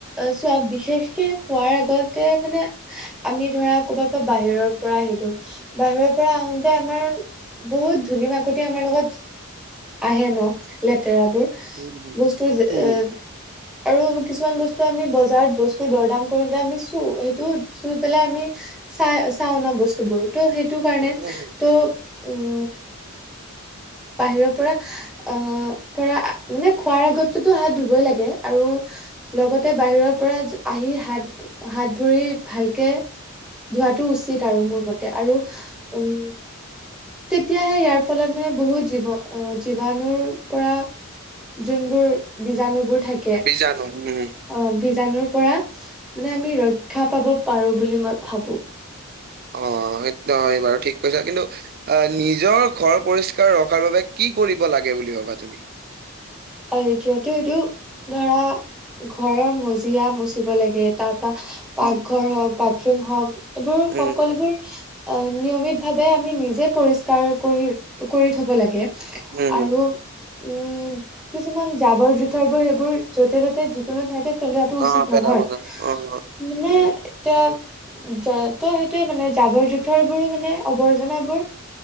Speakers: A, in the centre; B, on the right.
A: চোৱা বিশেষকে খোৱাৰ আগতে মানে আমি ধৰা ক'ব পৰা বাহিৰৰ পৰা আহিলো বাহিৰৰ পৰা আহোতে আমাৰ বহুত ধূলি মাকতি আমাৰ লগত আহে ন লেতেৰাবোৰ
B: উম,
A: বস্তুৰ যে
B: উম,
A: এ আৰু কিছুমান বস্তু আমি বজাৰত বস্তু দৰদাম কৰোতে আমি চু সেইটো চুই পেলাই আমি চাই চাওঁ নহ বস্তুবোৰ ত' সেইটো কাৰণে
B: উম,
A: ত' উম বাহিৰৰ পৰা আহ পৰা মানে খোৱাৰ আগতেতো হাত ধুবই লাগে আৰু লগতে বাহিৰৰ পৰা আহি হাত হাত ভৰি ভালকে ধোৱাটো উচিত আৰু মোৰ মতে আৰু উম তেতিয়াহে ইয়াৰ ফলত মানে বহুত জীৱ জীৱাণুৰ পৰা যোনবোৰ বীজাণুবোৰ থাকে
B: বীজাণু ওহো
A: অ বীজাণুৰ পৰা মানে আমি ৰক্ষা পাব পাৰো বুলি মই ভাবো
B: অ অ সেইটো হয় বাৰু ঠিক কৈছা কিন্তু অ নিজৰ ঘৰ পৰিষ্কাৰ ৰখাৰ বাবে কি কৰিব লাগে বুলি ভাবা তুমি
A: অ এতিয়াটো এইটো ধৰা ঘৰৰ মজিয়া মচিব লাগে তাৰ পা পাকঘৰ
B: উম।
A: হওক বাথৰুম হওক এইবোৰ
B: উম,
A: সকলোবোৰ অ নিয়মিত ভাৱে আমি নিজে পৰিষ্কাৰ কৰি- কৰি থব লাগে
B: উম, উম,
A: আৰু উম কিছুমান জাবৰ জোথৰ বোৰ সেইবোৰ যতে ত'তে যিকোনো ঠাইতে পেলোৱাটো উচিত
B: অ', পেলাব
A: নহয়
B: না অ',
A: মানে
B: উম।
A: এতিয়া যা ত সেইটোয়ে মানে জাবৰ জোথৰবোৰ মানে আৱৰ্জনাবোৰ